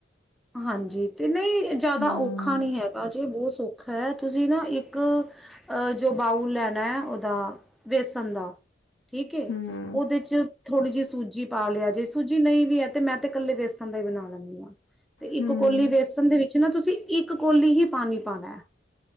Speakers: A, in the centre; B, on the left.
A: ਹਾਂਜੀ, ਤੇ ਨਹੀਂ ਜਿਆਦਾ
B: ਹੂੰ
A: ਔਖਾ ਨਹੀਂ ਹੈਗਾ ਜੇ ਬਹੁ ਭੁੱਖ ਹੈਟ ਤੁਸੀਂ ਨਾ ਇੱਕ ਅ ਜੇ ਬਾਊਲ ਲੈਣੈ, ਉਹਦਾ ਵੇਸਣ ਦਾ। ਠੀਕ ਏ,
B: ਹੂੰ
A: ਉਹਦੇ ਚ ਥੋੜ੍ਹੀ ਜਿਹੀ ਸੂਜੀ ਪਾ ਲਿਆ ਜੇ। ਸੂਜੀ ਨਈ ਵੀ ਐ ਤੇ ਮੈਂ ਤੇ ਕੱਲੇ ਵੇਸਣ ਦਾ ਈ ਬਣਾ ਲੈਂਣੀ ਆਂ। ਤੇ ਇੱਕ
B: ਹੂੰ
A: ਕੋਲੀ ਵੇਸਨ ਦੇ ਵਿ ਚ ਨਾ ਤੁਸੀਂ ਇੱਕ ਕੋਲੀ ਹੀ ਪਾਣੀ ਪਾਣਾ ਐ।